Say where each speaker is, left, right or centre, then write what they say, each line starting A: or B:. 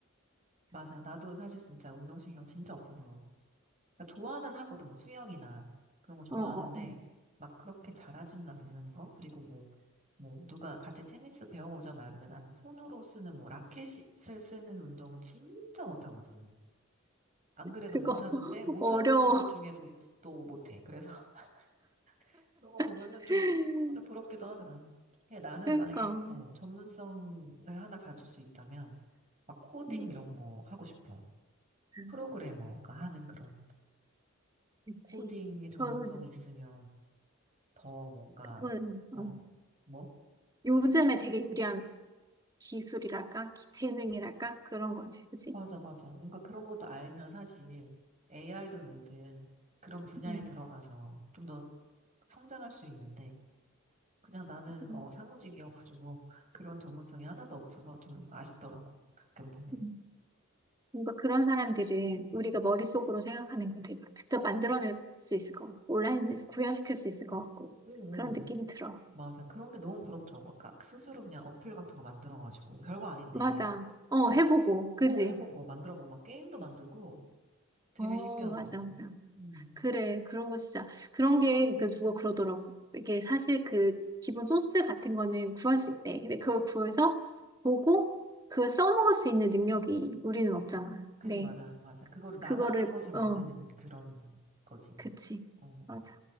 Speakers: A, on the right; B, on the right.
A: 맞아. 나도 사실 진짜 운동신경 진짜 없어서. 그러니까 좋아는 하거든, 뭐, 수영이나 그런 거 좋아하는데,
B: 어, 어, 어.
A: 막 그렇게 잘하지는 않는 거? 그리고 뭐, 뭐, 누가 같이 테니스 배워보자 말하는데 나는 손으로 쓰는 뭐, 라켓을 쓰는 운동은 진짜 못하거든. 안 그래도
B: 그거
A: 못하는데
B: <laughs>
A: 못하는
B: 어려워.
A: 것 중에도 또 못해. 그래서 <laughs> 그런 거 보면은
B: <laughs>
A: 좀, 아, 좀 부럽기도 하더라. 근데 나는
B: 그러니까.
A: 만약에 어, 전문성을 하나 가질 수 있다면 막 코딩
B: 음,
A: 이런 거 하고 싶어.
B: 아,
A: 프로그래머가 하는 그런
B: 그치.
A: 코딩의 전문성이
B: 그거는
A: 있으면 더 뭔가
B: 그건,
A: 어,
B: 어,
A: 뭐?
B: 요즘에 되게 유리한 기술이랄까? 기- 재능이랄까? 그런 거지, 그치?
A: 맞아, 맞아. 뭔가 그런 것도 알면 사실 AI든 뭐든 그런 분야에
B: 음,
A: 들어가서 좀 더 성장할 수 있는데 그냥 나는
B: 음.
A: 어 사무직이어가지고 그런 전문성이 하나도 없어서 좀 아쉽더라고 가끔 보면.
B: 음. 뭔가 그런 사람들은 우리가 머릿속으로 생각하는 거를 막 직접 만들어낼 수 있을 것 같고, 온라인에서 구현시킬 수 있을 것 같고,
A: 응,
B: 그런
A: 응.
B: 느낌이 들어.
A: 맞아. 그런 게 너무 부럽더라고. 아까 스스로 그냥 어플 같은 거 만들어가지고 별거 아닌데
B: 맞아. 어,
A: 어,
B: 해보고, 그지?
A: 어 해보고 만들어보고 막 게임도 만들고 되게
B: 어,
A: 신기하더라고.
B: 맞아, 맞아.
A: 음,
B: 그래, 그런 거 진짜. 그런 게, 그, 누가 그러더라고. 이게 사실 그, 기본 소스 같은 거는 구할 수 있대. 근데 그걸 구해서 보고, 그걸 써먹을 수 있는 능력이 우리는 없잖아.
A: 그지
B: 네.
A: 맞아 맞아. 그거를 나만의
B: 그거를,
A: 것을 만드는
B: 어,
A: 그런 거지.
B: 그치.
A: 어.
B: 맞아.